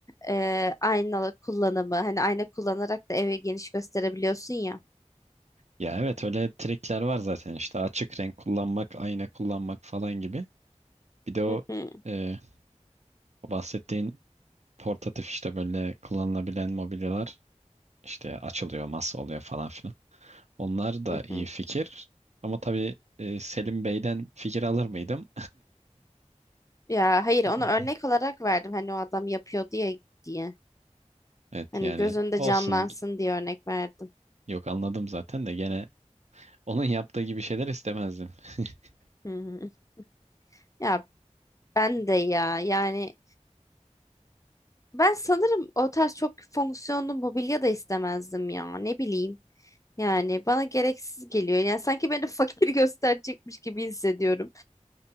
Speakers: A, on the left (about 25°); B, on the right (about 65°).
A: e, aynalı kullanımı. Hani ayna kullanarak da evi geniş gösterebiliyorsun ya.
B: ya evet öyle trikler var zaten işte açık renk kullanmak, ayna kullanmak falan gibi. Bir de o,
A: Hı hı,
B: e, o bahsettiğin portatif işte böyle kullanılabilen mobilyalar işte açılıyor, masa oluyor falan filan. Onlar da
A: hı
B: iyi
A: hı.
B: fikir. Ama tabii e, Selim Bey'den fikir alır mıydım?
A: Ya hayır
B: <laughs>
A: onu örnek olarak verdim. Hani o adam yapıyor diye diye.
B: Evet
A: Hani
B: yani
A: göz önünde
B: olsun
A: canlansın diye örnek verdim.
B: Yok anladım zaten de gene onun yaptığı gibi şeyler istemezdim. <laughs>
A: Hı hı. Ya ben de ya yani ben sanırım o tarz çok fonksiyonlu mobilya da istemezdim ya. Ne bileyim. Yani bana gereksiz geliyor. Yani sanki beni fakir <laughs> gösterecekmiş gibi hissediyorum.